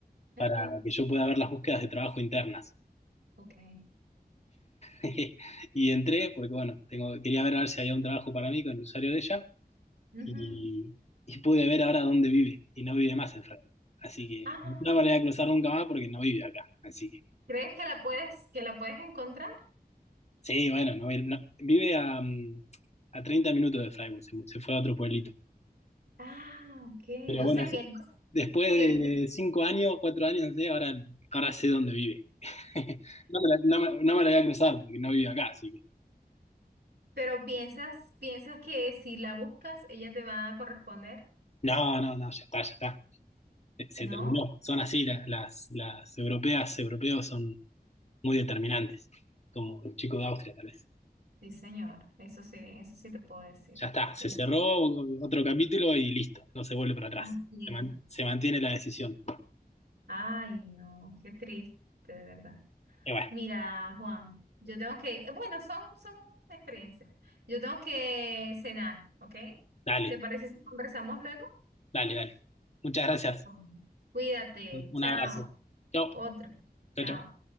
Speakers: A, on the right; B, on the left.
A: Ajá,
B: para que yo pueda ver las búsquedas de trabajo internas.
A: ok.
B: <laughs> Y entré porque, bueno, tengo, quería ver a ver si había un trabajo para mí con el usuario de ella
A: Ujú.
B: y, y pude ver ahora dónde vive y no vive más en Freiburg. Así que
A: Ah,
B: no me voy a cruzar nunca más porque no vive acá. Así que,
A: ¿crees que la puedes, que la puedes encontrar?
B: sí, bueno, no, vi- no- vive a, mm, a 30 minutos de Freiburg, se, se fue a otro pueblito.
A: Ah, ok.
B: Pero
A: O
B: bueno,
A: sea
B: es-
A: que,
B: después
A: que,
B: de cinco años, cuatro años, no sé, ahora, ahora sé dónde vive. <laughs> No me la, no me- no me la voy a cruzar porque no vivo acá, así que.
A: pero piensas, piensas que si la buscas, ella te va a corresponder,
B: No, no, no, ya está, ya está. Se, se
A: ¿no?
B: terminó. Son así, la- las, las europeas, europeos son muy determinantes, como el chico de Austria, tal vez.
A: Sí, señor. Eso sí, eso sí te puedo decir.
B: Ya está, se
A: Pero
B: cerró otro capítulo y listo, no se vuelve para atrás.
A: Así
B: Se, man-
A: es.
B: se mantiene la decisión.
A: Ay, no, qué triste, de verdad.
B: Y bueno,
A: Mira, Juan, yo tengo que, eh, bueno, son, son experiencias. Yo tengo que cenar, ¿ok?
B: dale,
A: ¿Te parece si conversamos luego?
B: dale, dale. Muchas gracias.
A: Bueno. Cuídate,
B: Un
A: chao.
B: un abrazo. Chao,
A: Otro, chao.
B: chao, chao.